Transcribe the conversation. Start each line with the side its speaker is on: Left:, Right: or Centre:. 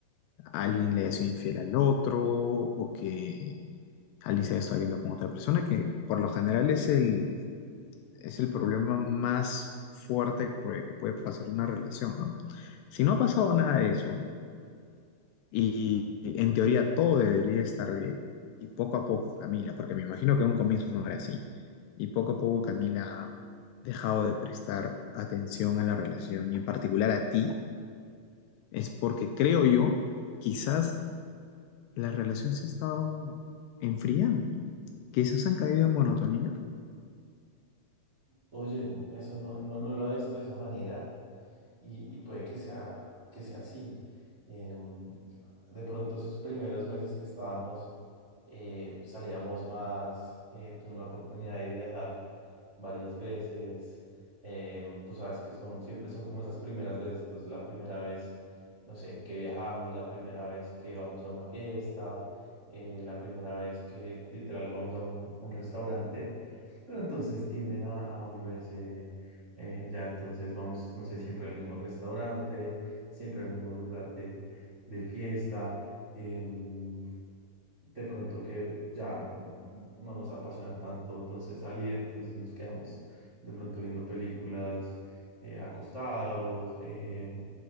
Left: alguien le haya sido infiel al otro o que alguien se haya estado viendo con otra persona, que por lo general es el, es el problema más fuerte por el que puede pasar una relación, ¿no? Si no ha pasado nada de eso, Y en teoría todo debería estar bien. Y poco a poco, Camila, porque me imagino que en un comienzo no era así. Y poco a poco Camila ha dejado de prestar atención a la relación y en particular a ti, es porque creo yo, quizás la relación se ha estado enfriando. Quizás han caído en monotonía.
Right: Oye, eso no, no, no lo había visto de esa manera. y, y puede que sea, que sea así. Em, de pronto esos primeros meses que estábamos, eh, salíamos más, eh, tuvimos la oportunidad de viajar varias veces. em, tú sabes que son, siempre son como esas primeras veces, entonces la primera vez, no sé, que viajamos, la primera vez que vamos a una fiesta, eh, la primera vez que literal vamos a un, a un restaurante. Pero entonces tienden a, a volverse, eh, ya entonces vamos, no sé, siempre al mismo restaurante, siempre al mismo lugar de, de fiesta. em, de pronto que ya mm, no nos apasiona tanto entonces salir, entonces nos quedamos de pronto viendo películas eh, acostados eh,